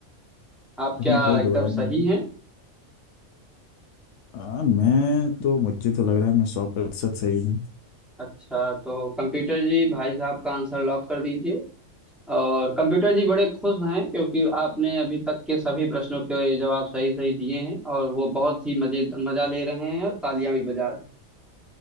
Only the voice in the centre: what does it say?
आप
क्या
एकदम
सही
हैं
अच्छा तो कंप्यूटर जी भाई साहब का आंसर लॉक कर दीजिए और कंप्यूटर जी बड़े खुश हैं क्योंकि आपने अभी तक के सभी प्रश्नों के जवाब सही सही दिए हैं और वो बहुत ही मजे मजा ले रहे हैं और तालियां भी बजा रहे हैं